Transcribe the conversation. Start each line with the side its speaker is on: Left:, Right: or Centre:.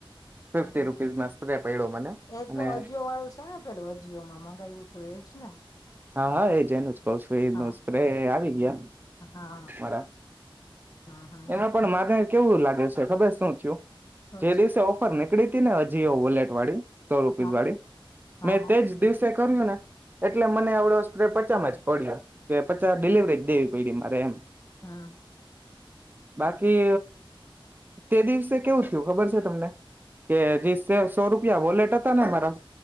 Right: ફિફ્ટી
Left: હમ
Right: રૂપીઝમાં સ્પ્રે પડ્યો મને
Left: એ
Right: અને
Left: તો અજીિયો વાળું છે ને પેલું અજીિયો માં મગાવું તો એજ ને
Right: હા હા એજ એનું જ ક છું એ ન
Left: હા.
Right: સ્પ્રે આવી યા
Left: હા
Right: મારા
Left: હા હા
Right: એમાં પણ મારે કેવું લાગે છે ખબર શું થયું
Left: શું
Right: જે
Left: છે
Right: દિવસે ઓફર ને પનીકડી હતી ને હજીઓ બુલેટ વાળી સો રૂપીસ
Left: હા
Right: વાળી
Left: હા
Right: મે
Left: હા
Right: તે જ દિવસે કર્યું ને એટલે મને આવડો સ્પ્રે પચામાં જ પડ્યો કે પચાસ ડિલવરી દેવી પડી મારે એમ
Left: હા
Right: બાકી તે દિવસે કેવું થયું ખબર છે તમને કે જે સો રૂપિયા વોલેટ હતા ને મારા